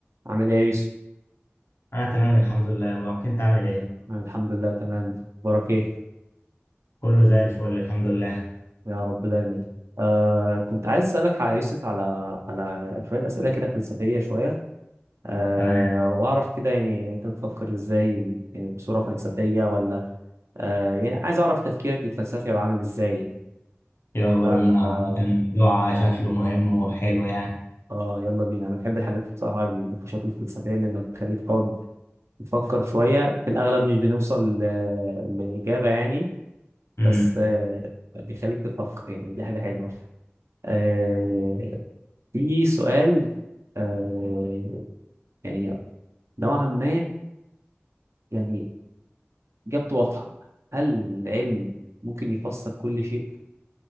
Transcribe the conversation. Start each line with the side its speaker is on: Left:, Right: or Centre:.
Right: عامل ايه يا يوسف؟
Left: انا تمام الحمد لله ممكن تعمل ايه
Right: أنا الحمد لله تمام بارك ايه
Left: كله زي الفل الحمد لله
Right: يا رب دايما آه كنت عايز اسألك على يوسف على على شوية أسئلة كده فلسفية شوية آه
Left: تمام
Right: واعرف كده يعني انت بتفكر ازاي يعني بصورة فلسفية ولا آه يعني عايز اعرف تفكيرك الفلسفي هيبقى عامل ازاي يعني
Left: يلا
Right: ف
Left: بينا
Right: آه,
Left: عامة الموضوع شكله مهم وحلو يعني
Right: اه يلا بينا انا بحب الحاجات بصراحة النقاشات الفلسفية لانها بتخليك تقعد تفكر شوية في الاغلب مش بنوصل ل- لإجابة يعني
Left: امم
Right: بس آه بيخليك تفكر يعني دي حاجة حلوة آه في سؤال آه يعني نوعا ما يعني إجابته واضحة هل العلم ممكن يفسر كل شيء؟